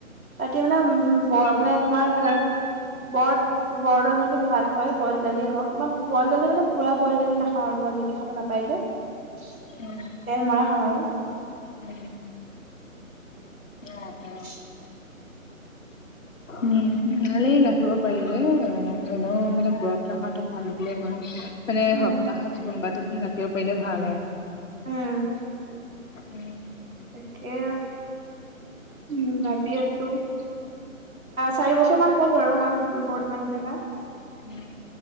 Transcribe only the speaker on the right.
ৰাতি মানে উ বৰ মানে তোমাৰ বৰ বৰদৰ যোনটো ভাত হয় বইল দালি হওক আ বইল দালি মানে পুৰা বইল দালি নাখাওঁ আৰু। বইল দালি খাব নাপায় যে তেল
মৰা খাম আৰু।
<inaudible>
উম
উম।
তাকে উ ভাবি আছো চ চাৰি বছৰ মান হ'ল বাৰু মই বৰদ মানি থকা।